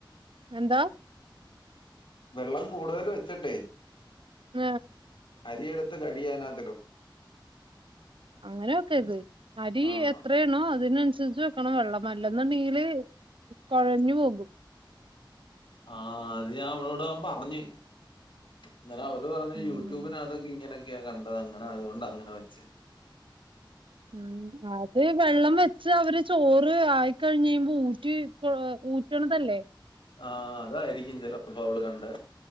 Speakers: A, on the right; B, on the left.
A: എന്താ?
B: വെള്ളം കൂടുതൽ വെച്ചിട്ടെ
A: ന്നേ
B: അരിയെടുത്ത് കഴിയാനാത്തി ടും
A: അങ്ങനെയൊക്കെര്ത് അരി
B: ആഹ്
A: എത്രേണോ അതിനനുസരിച്ച് വെക്കണം വെള്ളം അല്ലെന്നുണ്ടെങ്കില് കൊഴഞ്ഞ് പോകും
B: ആഹ് അത് ഞാൻ അവളോടാം പറഞ്ഞ് ങ്ങനെ അവര് പറഞ്ഞ്
A: ഉം
B: യൂട്യൂബിനകതൊക്കെ ഇങ്ങനെയൊക്കെ കണ്ടത് അങ്ങനായതുകൊണ്ട് അങ്ങന വെച്ചെന്ന്
A: <inaudible> അത് വെള്ളം വെച്ച് അവര് ചോറ് ആയിക്കഴിഞ്ഞയ്യുമ്പോ ഊറ്റി ഊറ്റണതല്ലേ
B: ആഹ് അതായിരിക്കും ചെലപ്പോ അവള് കണ്ടെ